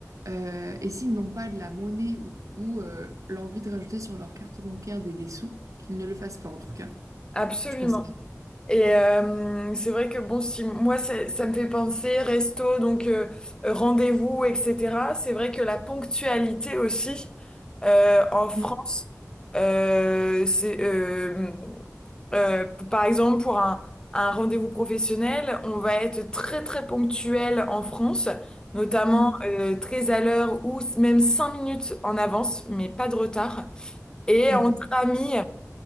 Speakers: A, on the right (about 75°); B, on the left (about 15°).
A: euh, et s'ils n'ont pas de la monnaie ou, ou, euh, l'envie de rajouter sur leur carte bancaire des, des sous, qu'ils ne le fassent pas, en tout cas.
B: absolument.
A: Je pense.
B: Et euh, c'est vrai que bon, si moi ça, ça me fait penser resto, donc euh, rendez-vous, etc. C'est vrai que la ponctualité aussi euh, en France.
A: Mm,
B: Euh, c'est, euh, Euh, par exemple, pour un, un rendez-vous professionnel, on va être très très ponctuel en France, notamment
A: mm,
B: euh, très à l'heure ou s- même cinq minutes en avance, mais pas de retard. Et
A: mhm,
B: entre amis,